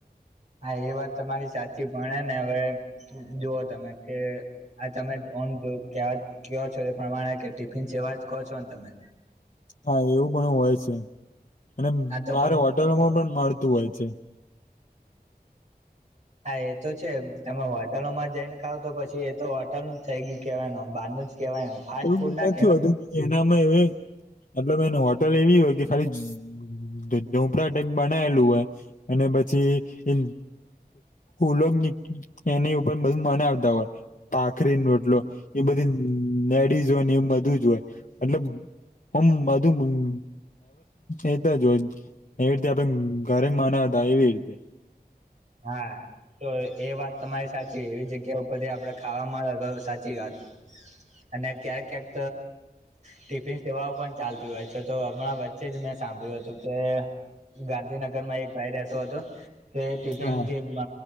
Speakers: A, on the right (about 45°); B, on the left (about 50°).
A: હા એ વાત તમારી સાચી ભણે ને હવે જોુવ તમે કે આ તમે ઓમ જો કવા કો છો એ પ્રમાણે કે ટિફિન સેવા જ કહો છો ને તમે
B: હા એવું પણ હોય છે અને
A: આ તો
B: મારે
A: પણ
B: હોટેલોમાં પણ મળતું હોય છે.
A: હા એ તો છે તમે હોટલોમાં જઈને ખાવ તો પછી એ તો હોટલ નું જ થઈ ગયું કેવાય ન આમ બહાર ન જ કેહેવાય ને ફાસ્ટ
B: એવું
A: ફૂડ ના
B: નથી
A: કેવાય
B: હોતું કે એનામાં એ મતલબ એને હોટલ એવી હોય કે ખાલી. પડામ બનાયેલું હોય અને પછી એ. ઉલોક એની ઉપર બધુ મન આવતા હોય. પાખરી નોટલો એ બધી ડીઝ હોય ને એ બધું જ હોય મતલબ. હમ બધું એવતા જોય. એવી રીતે આપડે ઘરે માનાતા એવી રીતે.
A: હા. તો એ વાત તમારી સાચી એવી જગ્યા ઉપરથી આપડે ખાવાવામાંે તો સાચી વાત. અને ક્યાંક ક્યાંક. ટિફિન સેવાઓ પણ ચાલતી હોય છે તો હમણાં વચ્ચે જ મેં સાંભળ્યું હતું કે ગાંધીનગર માં એક ભાઈ રહેતો હતો તે ટિફિનથી
B: હા
A: મ.